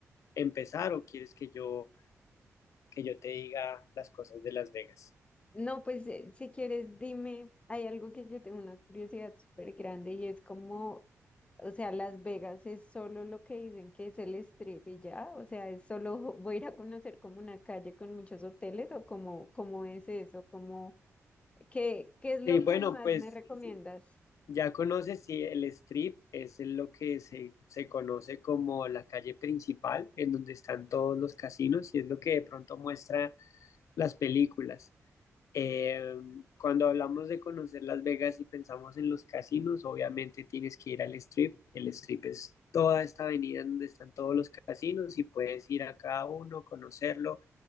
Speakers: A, on the left (about 75°); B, on the left (about 25°).
A: empezar o quieres que yo que yo te diga las cosas de Las Vegas.
B: no, pues eh, si quieres, dime, hay algo que yo tengo una curiosidad súper grande y es como, o sea, Las Vegas es solo lo que dicen que es el strip y ya, o sea, es solo <laughs> jo- voy a ir a conocer como una calle con muchos hoteles o como, cómo cómo es eso, como, ¿qué, qué es lo
A: Y bueno,
B: que más
A: pues
B: me recomiendas?
A: ya conoces si el Strip es lo que se, se conoce como la calle principal, en donde están todos los casinos, y es lo que de pronto muestra las películas. Eh, cuando hablamos de conocer Las Vegas y pensamos en los casinos, obviamente tienes que ir al Strip. El Strip es toda esta avenida en donde están todos los casinos y puedes ir a cada uno, conocerlo,